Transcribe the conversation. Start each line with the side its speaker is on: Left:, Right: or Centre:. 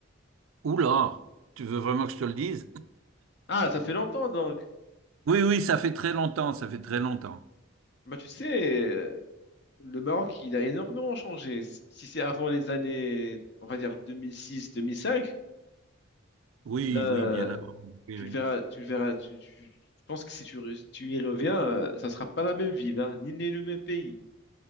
Right: Oula, tu veux vraiment que je te le dise?
Left: Ah, ça fait longtemps donc.
Right: Oui, oui, ça fait très longtemps, ça fait très longtemps.
Left: Bah, tu sais, euh, le Maroc, il a énormément changé. Si c'est avant les années, on va dire 2006, 2005,
Right: Oui,
Left: ben,
Right: oui, bien avant. Oui,
Left: tu
Right: oui.
Left: le verras, tu le verras, tu, tu- je pense que si tu, re- tu y reviens, euh, ça sera pas la même ville, hein, ni, ni le même pays.